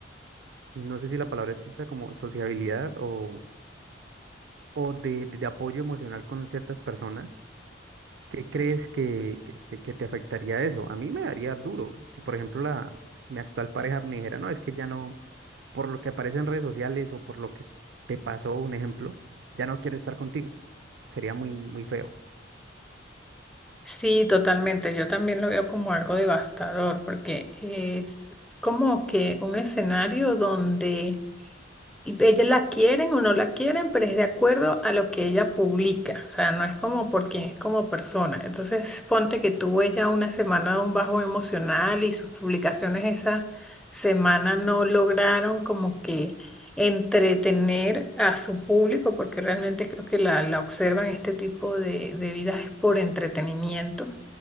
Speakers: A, on the right; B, in the centre.
A: no sé si la palabra exista como sociabilidad o, o de, de- de apoyo emocional con ciertas personas. ¿Qué crees que, que- que- que te afectaría eso? A mí me daría duro. Si, por ejemplo, la, mi actual pareja me dijera, no, es que ya no, por lo que aparece en redes sociales o por lo que te pasó, un ejemplo, ya no quiero estar contigo. Sería muy, muy feo.
B: Sí, totalmente. Yo también lo veo como algo devastador porque es como que un escenario donde y ella la quieren o no la quieren, pero es de acuerdo a lo que ella publica. O sea, no es como por quien es como persona. Entonces, ponte que tuvo ella una semana de un bajo emocional y sus publicaciones esa semana no lograron como que entretener a su público porque realmente creo que la, la observan este tipo de, de vidas es por entretenimiento.